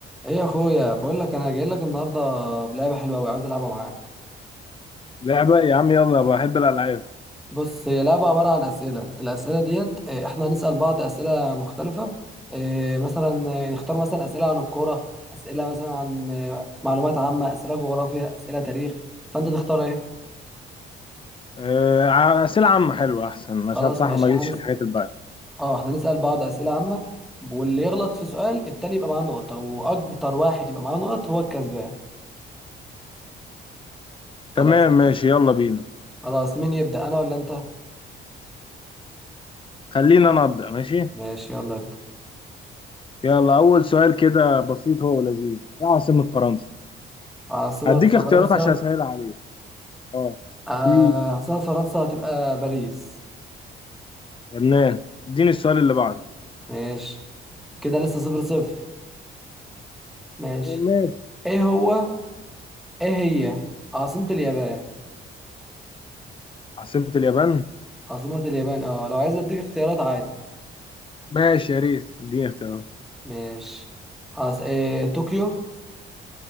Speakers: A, in the centre; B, on the left (about 25°).
A: ايه يا اخويا بقول لك انا جاي لك النهارده بلعبه حلوه قوي عايز العبها معاك
B: لعبة يا عم يلا بحب الألعاب
A: بص هي لعبه عباره عن اسئله الاسئله ديت إيه، احنا هنسال بعض اسئله مختلفه إيه، مثلا إيه، نختار مثلا اسئله عن الكوره اسئله مثلا عن إيه، معلومات عامه اسئله جغرافيا اسئله تاريخ فانت تختار ايه
B: آه، ع- أسئلة عامة حلوة أحسن
A: خلاص
B: عشان بصراحة
A: ماشي
B: ما جيتش
A: احنا نس...
B: في الحاجات الباقية
A: اه احنا نسال بعض اسئله عامه واللي يغلط في سؤال التاني يبقى معاه نقطه واكتر واحد يبقى معاه نقط هو الكسبان خلاص
B: تمام
A: كده
B: ماشي يلا بينا
A: خلاص مين يبدا انا ولا انت
B: خلينا نبدأ ماشي
A: ماشي يلا ابدا
B: يلا أول سؤال كده بسيط هو لذيذ إيه عاصمة فرنسا؟
A: عاصمه
B: هديك
A: فرنسا
B: اختيارات عشان أسهل عليك أه
A: آه،
B: في
A: عاصمة فرنسا هتبقى باريس
B: لبنان اديني السؤال اللي بعده
A: ماشي كده لسه صفر صفر ماشي
B: آه، ماشي
A: ايه هو ايه هي عاصمة اليابان
B: عاصمة اليابان؟
A: عاصمة اليابان اه لو عايز اديك اختيارات عادي
B: ماشي يا ريت اديني اختيارات
A: ماشي عاص... إيه... طوكيو